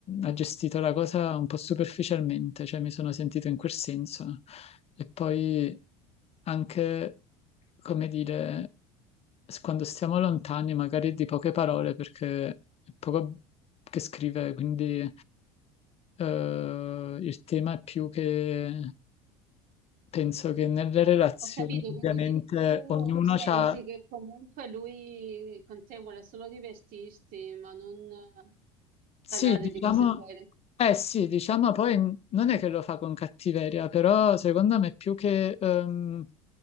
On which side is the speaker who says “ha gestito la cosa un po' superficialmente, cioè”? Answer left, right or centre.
Left